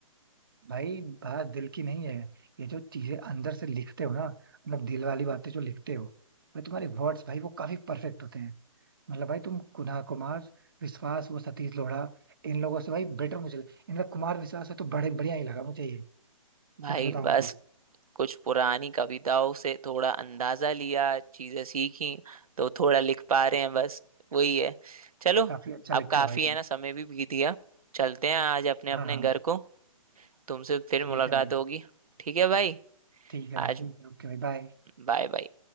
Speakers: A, on the right; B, on the right.
A: भाई बात दिल की नहीं है ये जो चीजें अंदर से लिखते हो ना मतलब दिल वाली बातें जो लिखते हो भाई तुम्हारे वर्ड्स भाई वो काफी परफेक्ट होते हैं मतलब भाई तुम कुना कुमार विश्वास वो सतीश लोढ़ा इन लोगों से भाई बेटर मुझे लगा इनका कुमार विश्वास है तो बड़े बढ़िया ही लगा मुझे ये
B: भाई
A: सच बताऊं
B: बस
A: तो
B: कुछ पुरानी कविताओं से थोड़ा अंदाजा लिया चीजें सीखी तो थोड़ा लिख पा रहे हैं बस वही है चलो
A: काफी अच्छा
B: अब
A: लगता
B: काफी
A: है भाई तुम
B: है ना समय भी बीत गया चलते हैं आज अपने
A: हाँ
B: अपने
A: हाँ
B: घर को तुमसे फिर
A: ठीक
B: मुलाकात
A: है भाई
B: होगी ठीक है भाई
A: ठीक है
B: आज
A: भाई ठीक है ओके भाई बाय
B: बाय बाय